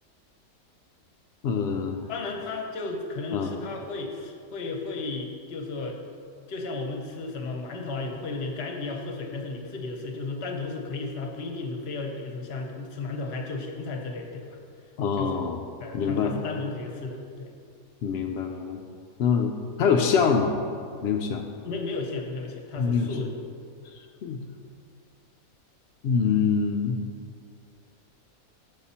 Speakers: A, on the left; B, on the left.
A: 嗯
B: 当然，它就可能吃它会会会，
A: 嗯
B: 就是说，就像我们吃什么馒头啊，也会有点干，你要喝水那是你自己的事，就是单独是可以吃，它不一定是非要，比如说像吃馒头还就咸菜之类，对吧？
A: 哦，
B: 就是呃，
A: 明白
B: 它它是单独可以吃的，对，
A: 明白明白。嗯，它有馅儿吗？没有馅儿，
B: 没没有馅，没有馅，它是素的，
A: 没有。馅儿。度的，嗯